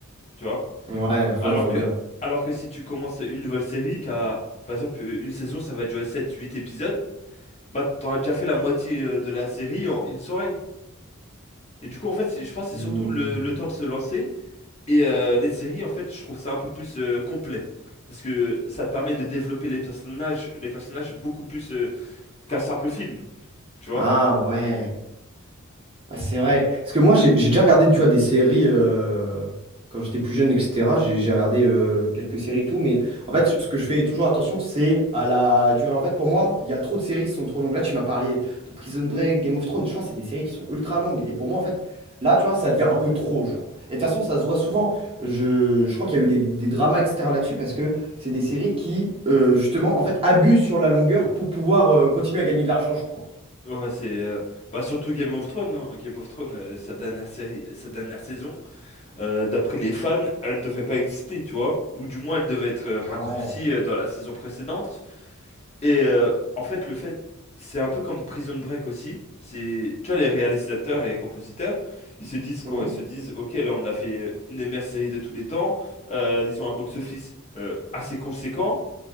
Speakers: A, on the left (about 30°); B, on the right (about 25°).
A: Tu vois?
B: Ouais, je vois,
A: Alors
B: je vois
A: que,
B: bien.
A: alors que si tu commences une nouvelle série, qui a, par exemple euh, une saison, ça va durer sept-huit épisodes, bah t'auras déjà fait la moitié euh, de la série en une soirée. Et du coup, en fait, c'est- je pense que
B: Hmm.
A: c'est surtout le, le temps de se lancer Et euh, les séries, en fait, je trouve ça un peu plus euh, complet. Parce que ça te permet de développer les personnages, les personnages beaucoup plus euh, qu'un simple film, tu vois?
B: Ah ouais. Ouais, c'est vrai. Parce que moi, j'ai j'ai déjà regardé, tu vois, des séries euh, quand j'étais plus jeune, etc. J'ai j'ai regardé euh, quelques séries et tout. Mais en fait, ce
A: Hmm.
B: que je fais toujours attention, c'est à la durée. En fait, pour moi, il y a trop de séries qui sont trop longues. Là, tu m'as parlé de Prison Break, Game of Thrones. Je crois que c'est des séries qui sont ultra longues. Et pour moi, en fait, là, tu vois, ça devient un peu trop, genre. Et de toute façon, ça se voit souvent. Je, je crois qu'il y a eu des, des dramas, etc. là-dessus, parce que c'est des séries qui, euh, justement, en fait, abusent sur la longueur pour pouvoir euh, continuer à gagner de l'argent, je crois.
A: Ouais, c'est euh, bah surtout Game of Thrones. hein. Game of Thrones, euh, sa dernière série, sa dernière saison, euh, d'après les fans, elle ne devait pas exister, tu vois? Ou du moins, elle devait être euh, raccourcie
B: Ouais.
A: euh, dans la saison précédente. Et euh, en fait, le fait, c'est un peu comme Prison Break aussi. C'est, tu vois, les réalisateurs et les compositeurs, ils se disent quoi?
B: Mmh.
A: Ils se disent, ok, là, on a fait une des meilleures séries de tous les temps. Euh, ils ont un box-office euh, assez conséquent.